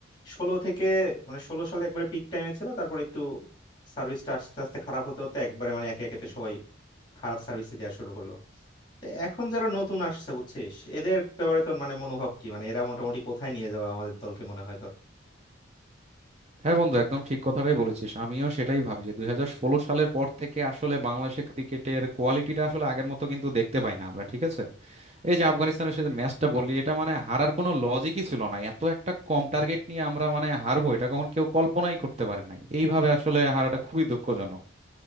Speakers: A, on the left; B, on the right.
A: ষোলো থেকে মানে ষোলো সালে একবারে পিক টাইমে ছিল তারপর একটু সার্ভিসটা আস্তে আস্তে খারাপ হতে হতে একবারে মানে একে একেতে সবাই খারাপ সার্ভিস দেওয়া শুরু করলো তো এখন যারা নতুন আসছে বুঝছিস এদের ব্যাপারে তোর মানে মনোভাব কি মানে এরা মোটামুটি কোথায় নিয়ে যাবে আমাদের দলকে মনে হয় তোর
B: হ্যাঁ বন্ধু একদম ঠিক কথাটাই বলেছিস আমিও সেটাই ভাবি যে দুই হাজার ষোলো সালের পর থেকে আসলে বাংলাদেশের ক্রিকেটের কোয়ালিটিটা আসলে আগের মতো কিন্তু দেখতে পাই না আমরা ঠিক আছে এই যে আফগানিস্তানের সাথে ম্যাচটা বললি এটা মানে হারার কোনো লজিকই ছিল না এত একটা কম টার্গেট নিয়ে আমরা মানে হারবো এটা কখন কেউ কল্পনাই করতে পারে নাই এইভাবে আসলে হারাটা খুবই দুঃখজনক